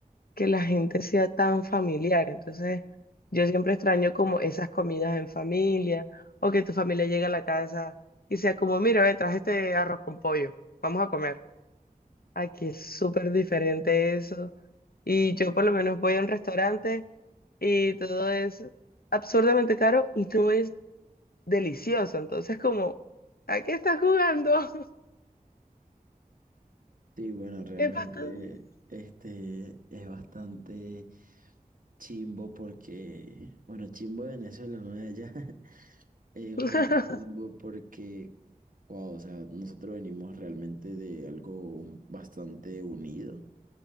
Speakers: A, on the left (about 75°); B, on the right (about 60°).
A: que la gente sea tan familiar. Entonces, yo siempre extraño como esas comidas en familia o que tu familia llegue a la casa y sea como, mira, ve, traje este arroz con pollo, vamos a comer. Aquí es súper diferente eso. Y yo por lo menos voy a un restaurante y todo es absurdamente caro y todo es delicioso. Entonces, como, ¿a qué estás jugando? <laughs>
B: sí, bueno, realmente
A: Es bastante.
B: este es bastante chimbo porque, bueno, chimbo de Venezuela, no de allá, <laughs> es bastante
A: <laughs>
B: chimbo porque, wow, o sea, nosotros venimos realmente de algo un- bastante unido.